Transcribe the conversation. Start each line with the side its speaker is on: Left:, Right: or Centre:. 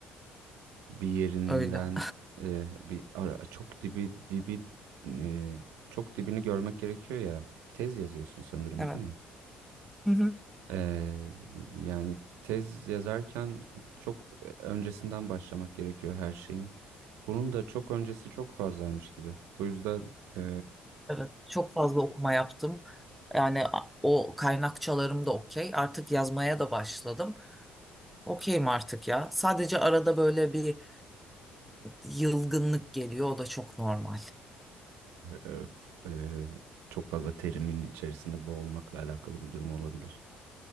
Right: bir yerinden
Centre: Öyle.
Right: e, bir ara, çok dibi dibi e, çok dibini görmek gerekiyor ya. Tez yazıyorsun sanırım
Centre: Evet.
Right: değil mi?
Centre: Hı hı.
Right: E, yani tez yazarken çok öncesinden başlamak gerekiyor her şeyin. Bunun da çok öncesi çok fazlaymış gibi. O yüzden e,
Centre: Evet. Çok fazla okuma yaptım. Yani a- o kaynakçalarım da okey. Artık yazmaya da başladım. Okeyim artık ya. Sadece arada böyle bir yılgınlık geliyor. O da çok normal.
Right: evet e, çok fazla terimin içerisinde boğulmakla alakalı bir durum olabilir.